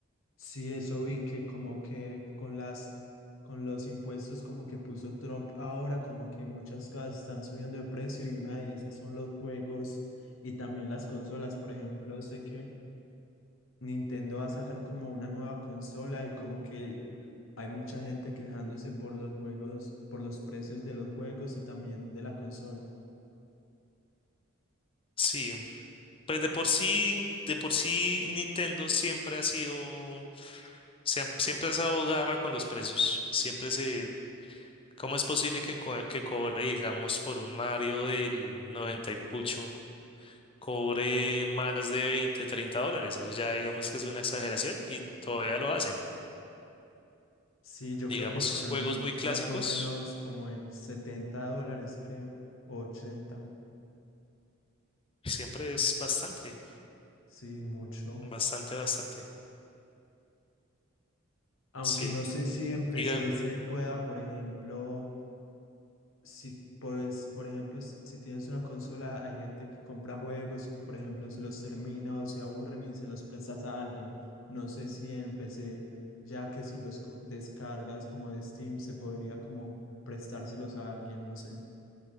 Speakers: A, on the left; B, on the left.
A: Sí, eso vi que como que con las con los impuestos como que puso Trump ahora, como que muchas cosas están subiendo de precio y una de esas son los juegos y también las consolas. Por ejemplo, sé que Nintendo va a sacar como una nueva consola y como que hay mucha gente quejándose por los juegos, por los precios de los juegos y también de la consola.
B: Sí, Pues de por sí, de por sí Nintendo siempre ha sido, se- ha- siempre ha estado garra con los precios. Siempre se, ¿cómo es posible que, co- que cobre, digamos, por un Mario del 90 y pucho, cobre más de 20, 30 dólares? Eso ya digamos que es una exageración y todavía lo hacen.
A: Sí, yo
B: Digamos,
A: creo que están
B: juegos muy clásicos,
A: más o menos como en 70 dólares, creo, o 80,
B: siempre es bastante,
A: sí, mucho.
B: bastante, bastante.
A: Aunque
B: Sí.
A: no sé si en PC
B: Diga-
A: se pueda, por ejemplo, si, pues, por ejemplo, s- si tienes una consola, hay gente que compra juegos y, por ejemplo, se los termina o se aburren y se los prestas a alguien. No sé si en PC, ya que si los co- descargas como de Steam, se podría como prestárselos a alguien, no sé.